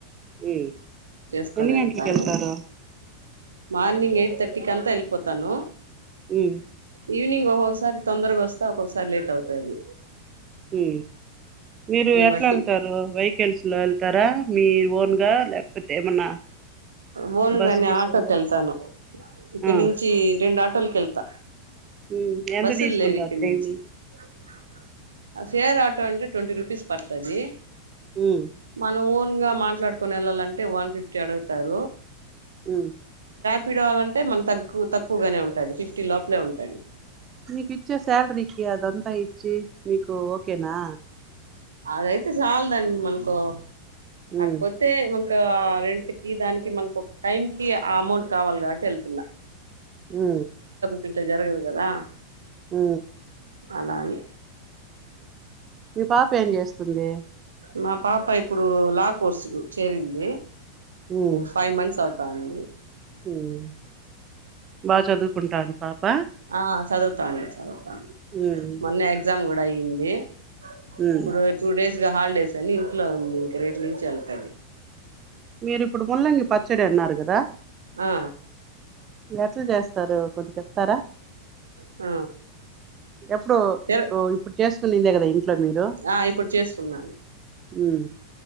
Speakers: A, on the right; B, on the right.
A: ఉ
B: చేసుకొని
A: ఎన్ని
B: వెళ్తాను
A: గంటలకివెళ్తారు
B: మార్నింగ్ ఎయిట్ తాటికాంత ఏళ్లిపోతాను
A: ఉ
B: ఈవినింగ్ ఒక్కొక్కసారి తొందరగా వస్తా ఒక్కొక్కసారి లేట్ అవుతాది
A: ఉ మీరు ఎట్లా
B: బట్టి
A: వెళ్తారు వెకిల్స్ లో వెళ్తారా మీరు వోన్గా లేకపోతే ఏమన్నా
B: వోన్గానే
A: బస్ గిస్
B: ఆటోకెళ్తాను
A: ఉందా
B: ఇక్కనుచ్చి
A: ఆ
B: రెండు ఆటోలుకెళ్తా
A: ఉమ్ ఎంత
B: బస్సులు
A: తీసుకుంటారు
B: లేవ్ ఇక్కనుచ్చి
A: డైలీ
B: నుంచి షేర్ ఆటో అంటే ట్వంటీ రూపీస్ పడుతాది
A: ఉమ్
B: మనవో న్గా మాట్లాడుకుని వెళ్ళాలంటే వన్ఫిఫ్టీ అడుగుతారు
A: ఉ
B: పిడావంటే మనం తక్కు తక్కువగానే ఉంటుంది ఫిఫ్టీ లోపలే ఉంటాది
A: మీకు ఇచ్చే శాలరీకి అదంతా ఇచ్చి మీకు ఓకేనా
B: అదయితే చాలదండి మనకో కాకపోతే
A: ఉమ్
B: మన ఒక రెంట్ కి దానికి మనకు ఒక టైం కి అమౌంట్ కావాలి కాబట్టి వెళ్తున్న
A: ఉ
B: తుంటే జరగదు కాదా
A: ఉ
B: అలాని
A: మీ పాప ఏం చేస్తుంది
B: మా పాప ఇప్పుడు లా కోర్సు కు చేరింది
A: ఉమ్
B: ఫై మంత్స్ అవుతుంది. కాంది
A: ఉమ్ బాగా చదువుకుంటాంది పాప
B: ఆ చదువుతా అండి చదువ్
A: ఉమ్
B: మొన్నే ఎగ్జామ్ కూడా అయింది
A: ఉమ్
B: ఇప్పుడు టూ డేస్ గా హాలిడేస్ అని ఇంట్లో ఉంది ఇంకా రేప నుంచి వెళ్తాది
A: మీరు ఇప్పుడు ముల్లంగి పచ్చడి అన్నారు కాదా
B: ఆ
A: ఎట్లా చేస్తారు కొంది గా చెప్తారా
B: ఆ
A: ఎప్పుడు ఇప్పుడు
B: ఎర్
A: ఇప్పుడు చేసుకొని కాదా ఇంట్లో మీరు
B: ఆ ఇప్పుడు చేసుకున్నాను
A: ఉ